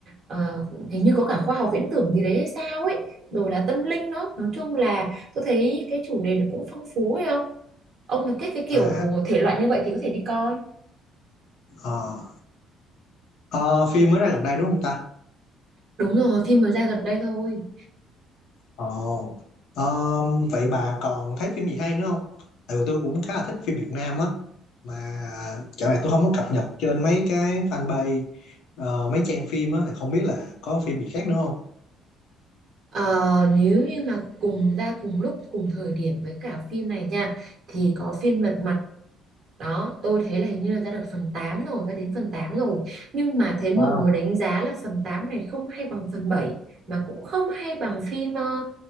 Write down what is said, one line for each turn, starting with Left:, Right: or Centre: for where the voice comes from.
Right: ờ, hình như có cả khoa học viễn tưởng gì đấy hay sao ấy. Rồi là tâm linh nữa. Nói chung là tôi thấy cái chủ đề nó cũng phong phú ấy không? Ông mà thích cái kiểu
Left: à,
Right: thể loại như vậy thì có thể đi coi.
Left: ờ. Ờ, phim mới ra gần đây đúng không ta?
Right: Đúng rồi, phim mới ra gần đây thôi.
Left: Ồ, ờ, vậy bà còn thấy phim gì hay nữa không? Tại vì tôi cũng khá là thích phim Việt Nam á. Mà dạo này tôi không có cập nhật trên mấy cái fanpage, ờ, mấy trang phim á, thì không biết là có phim gì khác nữa không?
Right: Ờ, nếu như mà cùng ra cùng lúc, cùng thời điểm với cả phim này nha, thì có phim Lật Mặt. Đó, tôi thấy là hình như là ra được phần 8 rồi, ra đến phần 8 rồi. Nhưng mà thấy
Left: Wow.
Right: mọi người đánh giá là phần 8 này không hay bằng phần 7, mà cũng không hay bằng phim ờ,